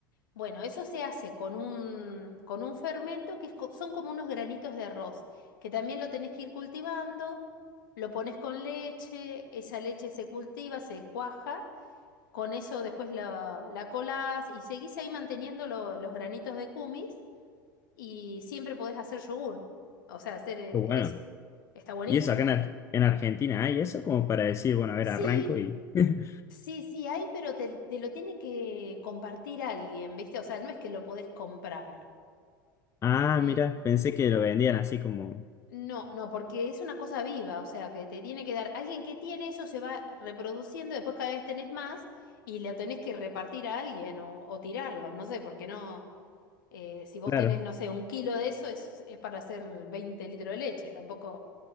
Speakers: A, on the left (about 65°); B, on the left (about 25°).
A: Bueno, eso se hace con un, con un fermento que es co- son como unos granitos de arroz, que también lo tenés que ir cultivando, lo pones con leche, esa leche se cultiva, se cuaja, con eso después la, la colás y seguís ahí manteniendo lo- los granitos de kumis y siempre podés hacer yogur, o sea, hacer eh,
B: Qué Bueno,
A: eso. Está buenísimo.
B: y eso acá en, Ar- en Argentina hay eso como para decir, bueno, a ver,
A: Sí,
B: arranco y... <laughs>
A: sí, sí, hay, pero te, te lo tiene que compartir alguien, ¿viste? O sea, no es que lo podés comprar.
B: Ah,
A: ¿sí?
B: mira, pensé que lo vendían así como...
A: No, no, porque es una cosa viva, o sea, que te tiene que dar, alguien que tiene eso se va reproduciendo, después cada vez tenés más y la tenés que repartir a alguien o, o tirarlos, no sé, porque no, eh, si vos
B: Claro,
A: tenés, no sé, un kilo de eso es, es para hacer 20 litros de leche, tampoco,